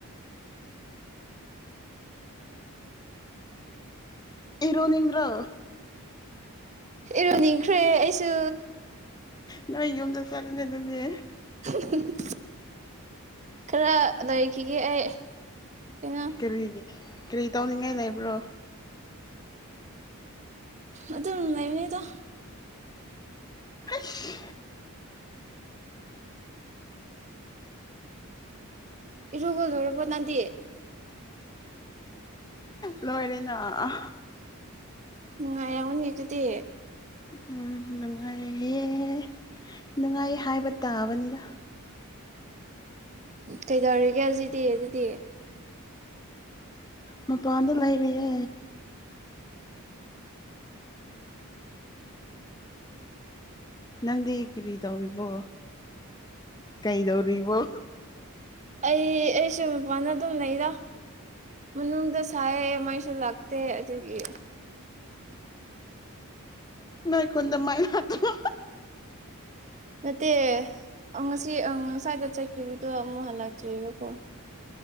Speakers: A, on the left; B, on the right.
A: ꯏꯔꯨꯅꯤꯡꯗ꯭ꯔꯣ
B: ꯏꯔꯨꯅꯤꯡꯈ꯭ꯔꯦ ꯑꯩꯁꯨ
A: ꯅꯣꯏ ꯌꯨꯝꯗ ꯆꯠꯂꯁꯤ ꯑꯗꯨꯗꯤ
B: <inaudible> ꯈꯔ ꯂꯩꯈꯤꯒꯦ ꯑꯩ ꯀꯩꯅꯣ
A: ꯀꯔꯤꯒꯤ ꯀꯔꯤ ꯇꯧꯅꯤꯡꯉꯥꯏ ꯂꯩꯕ꯭ꯔꯣ
B: ꯑꯗꯨꯝ ꯂꯩꯕꯅꯤꯗ
A: ꯍꯥꯏꯁ
B: ꯏꯔꯨꯒ ꯂꯣꯏꯔꯕꯣ ꯅꯪꯗꯤ
A: <inaudible> ꯂꯣꯏꯔꯦꯅ ꯑꯥ
B: ꯅꯨꯡꯉꯥꯏꯔꯝꯒꯅꯤ ꯑꯗꯨꯗꯤ
A: ꯎꯝ ꯅꯨꯡꯉꯥꯏꯌꯦ ꯅꯨꯡꯉꯥꯏ ꯍꯥꯏꯕ ꯇꯥꯕꯅꯤꯗ
B: ꯀꯩꯗꯧꯔꯤꯒꯦ ꯍꯧꯖꯤꯛꯇꯤ ꯑꯗꯨꯗꯤ
A: ꯃꯄꯥꯟꯗ ꯂꯩꯔꯤꯌꯦ ꯅꯪꯗꯤ ꯀꯔꯤ ꯇꯧꯔꯤꯕꯣ ꯀꯩꯗꯧꯔꯤꯕꯣ
B: ꯑꯩ ꯑꯩꯁꯨ ꯃꯄꯥꯟꯗ ꯑꯗꯨꯝ ꯂꯩꯗ ꯃꯅꯨꯡꯗ ꯁꯥꯏꯌꯦ ꯃꯩꯁꯨ ꯂꯥꯛꯇꯦ ꯑꯗꯨꯒꯤ
A: ꯅꯣꯏ ꯈꯨꯟꯗ ꯃꯩ ꯂꯥꯛꯇ꯭ꯔꯣ
B: ꯅꯠꯇꯦ ꯑꯪ ꯉꯁꯤ ꯑꯪ ꯉꯁꯥꯏꯗ ꯆꯠꯈꯤꯕꯗꯣ ꯑꯃꯨꯛ ꯍꯜꯂꯛꯇ꯭ꯔꯤꯕꯀꯣ